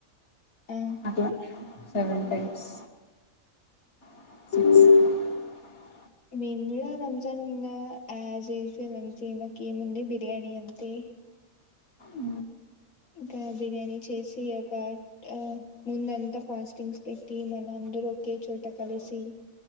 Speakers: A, on the left; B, on the left.
A: ఆ
B: అట్లా సెవెన్ టైప్స్ <unintelligible>
A: మేం కూడా రంజాన్ ఇంకా యాస్ యూజ్వల <inaudible> చేయడానికి ఏమిఉంది బిర్యాని అంతే
B: ఉ
A: ఇంకా బిర్యానీ చేసి ఒక ఆ ముంద అంతా ఫాస్టింగ్స్ పెట్టి మన అందరూ ఒకే చోట కలిసి